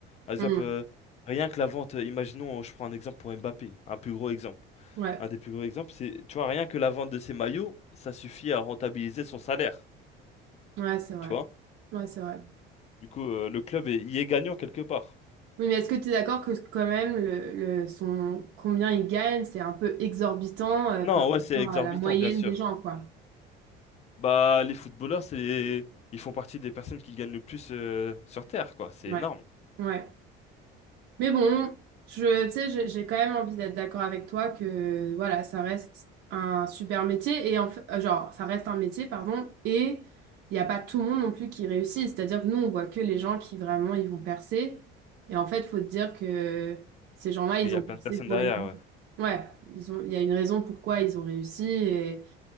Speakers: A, on the left; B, on the right.
A: Par exemple,
B: Hmm.
A: euh, rien que la vente, euh, imaginons, je prends un exemple pour Mbappé, un plus gros exemple.
B: Ouais,
A: Un des plus gros exemples, c'est, tu vois, rien que la vente de ses maillots, ça suffit à rentabiliser son salaire,
B: ouais, c'est vrai.
A: tu vois?
B: Ouais, c'est vrai.
A: Du coup, euh, le club est- y est gagnant quelque part.
B: Oui, mais est-ce que tu es d'accord que quand même le, le son combien il gagne, c'est un peu exorbitant euh,
A: Non,
B: par
A: ouais,
B: rapport
A: c'est exorbitant,
B: à la moyenne
A: bien sûr.
B: des gens, quoi?
A: Bah, les footballeurs, c'est les- ils font partie des personnes qui gagnent le plus euh, sur Terre, quoi. C'est
B: Ouais,
A: énorme
B: ouais. Mais bon, je, tu sais, j'ai j'ai quand même envie d'être d'accord avec toi que voilà, ça reste un super métier et en fait, euh, genre, ça reste un métier, pardon, et il n'y a pas tout le monde non plus qui réussit. C'est-à-dire que nous, on voit que les gens qui vraiment ils vont percer. Et en fait, faut te dire que ces gens-là,
A: qu'il
B: ils
A: y
B: ont
A: a plein
B: percé
A: de personnes
B: pour
A: derrière,
B: une. raison.
A: ouais.
B: Ouais, ils ont, il y a une raison pourquoi ils ont réussi et,